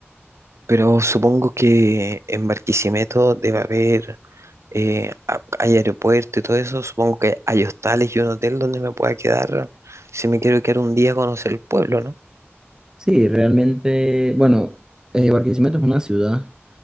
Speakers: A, on the right (about 90°); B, on the right (about 15°).
A: Pero supongo que en Barquisimeto debe haber eh, a- hay aeropuerto y todo eso, supongo que hay hostales y un hotel donde me pueda quedar si me quiero quedar un día a conocer el pueblo, ¿no?
B: Sí, realmente, bueno, eh, Barquisimeto es una ciudad,